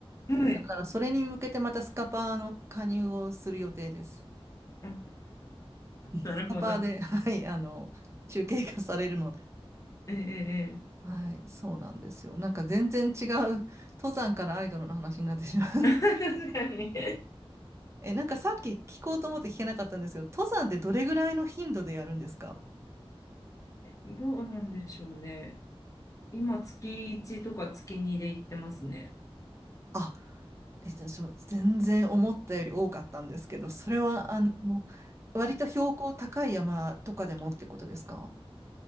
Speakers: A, on the left; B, on the right.
A: はい。
B: だからそれに向けてまたスカパーの加入をする予定です。
A: <laughs> なるほど。
B: スカパーで、はい、あの、中継化されるので。
A: ええ。ええ
B: はい、そうなんですよ。なんか全然違う、登山からアイドルの話になってしまう。
A: <laughs> 確かに。
B: <laughs> え、なんかさっき聞こうと思って聞けなかったんですけど、登山ってどれぐらいの頻度でやるんですか
A: どうなんでしょうね。今、月1とか月2で行ってますね。
B: あ、え、じゃあ、ちょ全然思ったより多かったんですけど、それは、あの、割と標高高い山とかでもってことですか